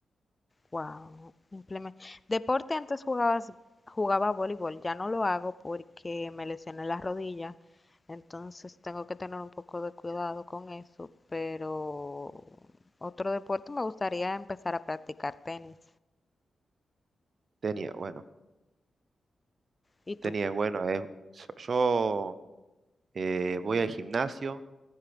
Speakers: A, on the left (about 20°); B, on the right (about 60°).
A: wow. Implemen- Deporte antes jugabas, jugaba voleibol, ya no lo hago porque me lesioné la rodilla, entonces tengo que tener un poco de cuidado con eso, pero otro deporte me gustaría empezar a practicar tenis.
B: Tenis, bueno,
A: ¿Y tú?
B: tenis es bueno. Es, so, yo eh, voy al gimnasio,